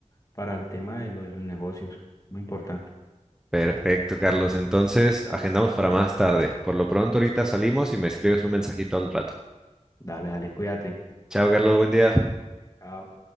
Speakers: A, on the left (about 30°); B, in the centre.
A: para el tema de lo de los negocios. Muy importante.
B: Perfecto, Carlos. Entonces, agendamos para más tarde. Por lo pronto, ahorita salimos y me escribes un mensajito al rato.
A: Dale, dale, cuídate.
B: Chao, Carlos. Buen día.
A: Chao.